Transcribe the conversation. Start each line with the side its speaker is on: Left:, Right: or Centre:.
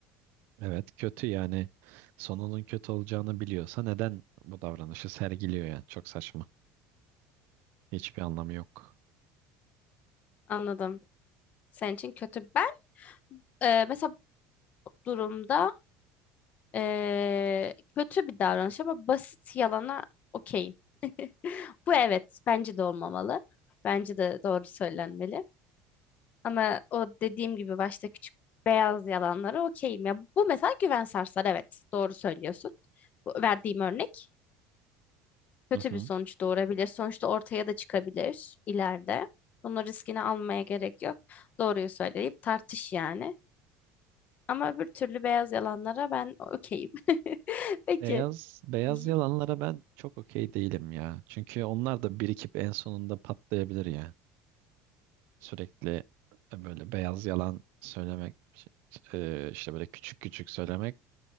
Right: Evet kötü yani sonunun kötü olacağını biliyorsa neden bu davranışı sergiliyor yani çok saçma. Hiçbir anlamı yok.
Left: Anladım. Senin için kötü. Ben e, mesela bu durumda e, kötü bir davranış ama basit yalana okeyim. <laughs> Bu evet bence de olmamalı. Bence de doğru söylenmeli. Ama o dediğim gibi başta küçük beyaz yalanlara okeyim. Ya bu mesela güven sarsar evet doğru söylüyorsun. Bu verdiğim örnek kötü
Right: Hı hı.
Left: bir sonuç doğurabilir. Sonuçta ortaya da çıkabilir ileride. Bunun riskini almaya gerek yok. Doğruyu söyleyip tartış yani. Ama öbür türlü beyaz yalanlara ben okeyim. <laughs> Peki.
Right: Beyaz beyaz
Left: Y-
Right: yalanlara ben çok okey değilim ya. Çünkü onlar da birikip en sonunda patlayabilir ya. Sürekli e, böyle beyaz yalan söylemek e, işte böyle küçük küçük söylemek.